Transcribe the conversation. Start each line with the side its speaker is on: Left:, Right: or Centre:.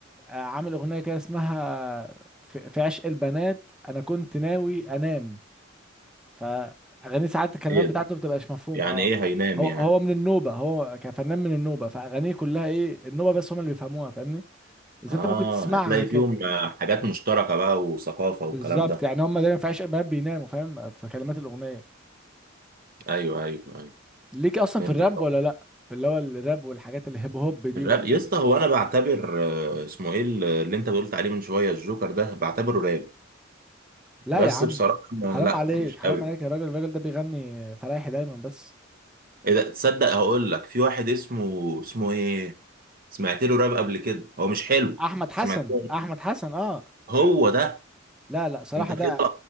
Centre: آه، عامل اغنية كده اسمها في, في عشق البنات انا كنت ناوي انام فاغانيه ساعات الكلمات
Right: ايه
Centre: بتاعته
Right: ده
Centre: بتبقاش مفهومة
Right: يعني
Centre: اه
Right: ايه هينام
Centre: هو
Right: يعني
Centre: هو من النوبة هو كفنان من النوبة فاغانيه كلها ايه النوبة بس هم اللي بيفهموها فاهمني بس
Right: اه
Centre: انت ممكن تسمعها
Right: هتلاقي
Centre: كده
Right: فيهم آه، حاجات مشتركة بقى وثقافة والكلام
Centre: بالظبط
Right: ده
Centre: يعني هم دايما في عشق البنات بيناموا فاهم في كلمات الاغنيه
Right: ايوه ايوه ايوه
Centre: ليك اصلا
Right: فهمتك
Centre: في الراب ولا لا في اللي هو الراب والحاجات الهيب هوب دي
Right: الراب
Centre: وال...
Right: يا اسطى هو انا بعتبر آه، اسمه ايه ال- اللي انت قلت عليه من شويه الجوكر ده بعتبره راب
Centre: لا
Right: بس
Centre: يا عم
Right: بصراحه ما-
Centre: حرام
Right: لا
Centre: عليك
Right: مش
Centre: حرام
Right: قوي
Centre: عليك يا راجل الراجل ده بيغني فرايحي دايما بس
Right: اذا تصدق هقول لك في واحد اسمه اسمه ايه سمعت له راب قبل كده هو مش حلو
Centre: احمد حسن
Right: سمعت له
Centre: احمد حسن اه
Right: هو ده
Centre: لا لا صراحه
Right: انت كده
Centre: ده